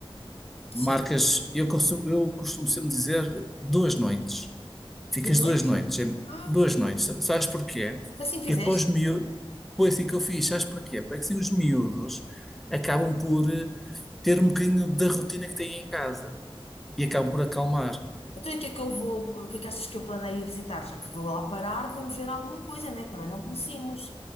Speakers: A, on the left (about 85°); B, in the centre.
A: Sim.
B: Marcas, eu costumo, eu costumo sempre dizer duas noites. Ficas
A: Dos oito?
B: duas noites, é-
A: Ah,
B: duas noites. Sa- Sabes porquê?
A: foi assim que fizeste?
B: Que é para os miúdos. Foi assim que eu fiz, sabes porquê? Porque assim os miúdos acabam por eh, ter um bocadinho da rotina que têm em casa e acabam por acalmar.
A: Então, e o que é que eu vou, o que é que achas que eu planeio visitar? Já que vou lá parar, vamos ver alguma coisa, né? Que Também não conhecemos.